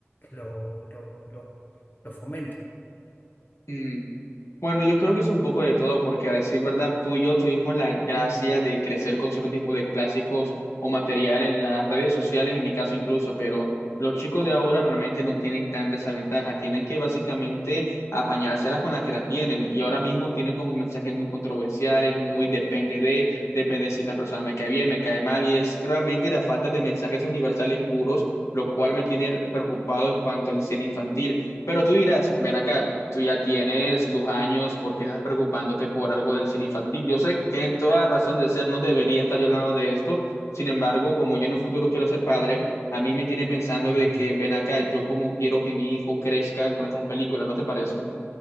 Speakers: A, on the left; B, on the left.
A: lo, lo, lo, lo fomenta.
B: Mm. Bueno, yo creo que es un poco de todo, porque a decir verdad, tú y yo tuvimos la gracia de crecer con cierto tipo de clásicos o material en las redes sociales, en mi caso incluso, pero los chicos de ahora realmente no tienen tanta esa ventaja, tienen que básicamente apañárselas con las que la tienen, y ahora mismo tienen como mensajes muy controversiales, muy depende de, depende si esta persona me cae bien, me cae mal, y es realmente la falta de mensajes universales puros, lo cual me tiene preocupado en cuanto al cine infantil. Pero tú dirás, ven acá tú ya tienes tus años, ¿por qué estás preocupándote por algo del cine infantil? Yo sé, tiene toda la razón de ser, no debería estar yo hablando de esto. Sin embargo, como yo en un futuro quiero ser padre, a mí me tiene pensando
A: Sí.
B: de que ven acá, yo como quiero que mi hijo crezca con estas películas, ¿no te parece?